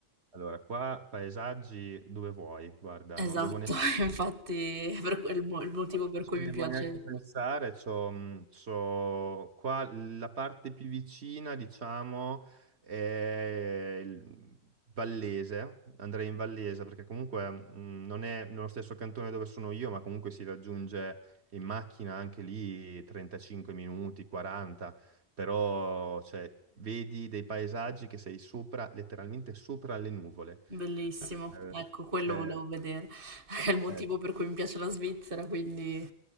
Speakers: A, on the right; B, on the right.
A: allora, qua paesaggi dove vuoi, guarda,
B: Esatto,
A: non devo neanche...
B: <laughs> infatti è per quel mo- il motivo per
A: Non ci
B: cui mi
A: devo
B: piace,
A: neanche pensare, c'ho, mh, c'ho- qua la parte più vicina, diciamo, è il Vallese, andrei in Vallese perché comunque mh, non è nello stesso cantone dove sono io, ma comunque si raggiunge in macchina anche lì 35 minuti, 40, però cioè, vedi dei paesaggi che sei sopra, letteralmente sopra le nuvole.
B: bellissimo.
A: Eh,
B: Ecco, quello
A: cioè,
B: volevo vedere. <laughs> È il motivo
A: eh,
B: per cui mi piace la Svizzera, quindi